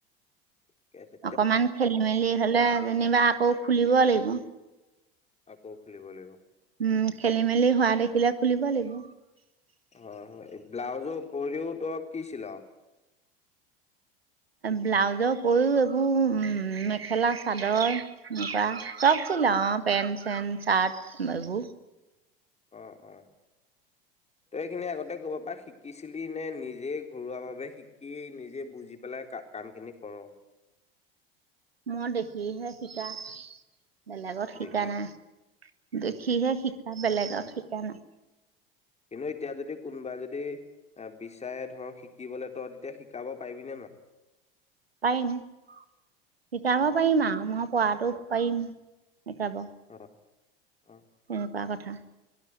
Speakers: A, on the left; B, on the right.
A: ঠিকেই আছে
B: অকণমান খেলি মেলি হলে যেনিবা আকৌ খ খুলিব লাগিব
A: আকৌ খুলিব লাগিব
B: উম খেলি মেলি হোৱা দেখিলে খুলিব লাগিব
A: হয় হয় ব্লাউজো উপৰিও তই কিছিলাঅ
B: ব্লাউজৰ উপৰিও এইবোৰ মেখেলা চাদৰ এনেকুৱা চব চিলাওঁ পেণ্ট চেণ্ট চাৰ্ট এইবোৰ
A: অঁ অঁ তই সেইখিনি আগতে ক'ব পাৰ শিক শিকিছিলি নে নিজেই ঘৰুৱাভাৱে শিকি নিজে বুজি পেলাই কামখিনি কৰ
B: মই দেখিহে শিকা বেলেগত শিকা
A: দেখি
B: নাই দেখিহে শিকা বেলেগত শিকা নাই
A: কিন্তু এতিয়া যদি কোনোবা যদি যদি বিচাৰে ধৰক শিকিবলৈ তই তেতিয়া শিকাব পাৰিবি নে নাই
B: পাৰিম শিকাব
A: অ
B: পাৰিম আৰু মই পৰাটো পাৰিম শিকাব
A: অ অ
B: তেনেকুৱা কথা